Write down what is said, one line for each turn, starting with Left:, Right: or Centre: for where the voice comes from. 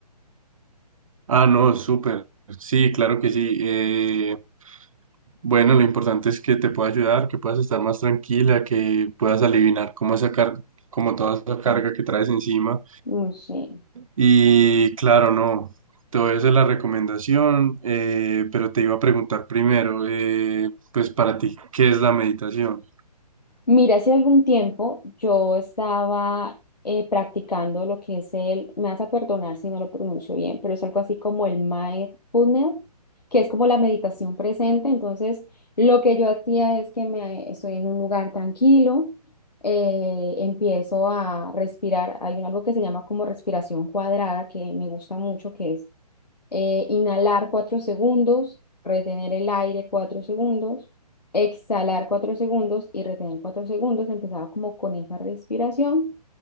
Right: Ah, no, súper. Sí, claro que sí. Eh, bueno, lo importante es que te pueda ayudar, que puedas estar más tranquila, que puedas aliviar cómo sacar, como toda esa carga que traes encima.
Left: No sé.
Right: Y claro, no, todo eso es la recomendación, eh, pero te iba a preguntar primero, eh, pues para ti, ¿qué es la meditación?
Left: Mira, hace algún tiempo yo estaba eh, practicando lo que es el, me vas a perdonar si no lo pronuncio bien, pero es algo así como el mindfulness, que es como la meditación presente. Entonces, lo que yo hacía es que me estoy en un lugar tranquilo, eh, empiezo a respirar. Hay un- algo que se llama como respiración cuadrada, que me gusta mucho, que es eh, inhalar 4 segundos, retener el aire 4 segundos, exhalar 4 segundos y retener 4 segundos. Empezaba como con esa respiración.